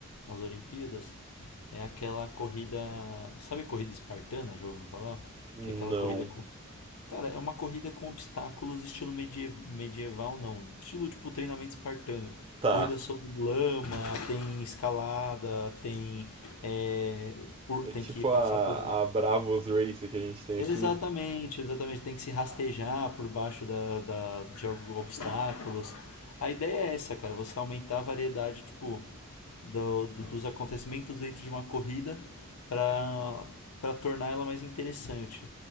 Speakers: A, on the left; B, on the right.
A: nas Olimpíadas, é aquela corrida. Sabe corrida espartana, já ouviu falar?
B: Não,
A: Que é aquela corrida com. Cara, é uma corrida com obstáculos, estilo medie- medieval, não. Estilo tipo treinamento espartano.
B: tá.
A: Corrida sobre lama, tem escalada, tem. é, por,
B: É
A: tem
B: tipo
A: que passar
B: a,
A: por.
B: a Bravos Race que a gente tem
A: Exatamente,
B: aqui.
A: exatamente. Tem que se rastejar por baixo da, da- de alguns obstáculos. A ideia é essa, cara, você aumentar a variedade, tipo, do- do- dos acontecimentos dentro de uma corrida para para tornar ela mais interessante.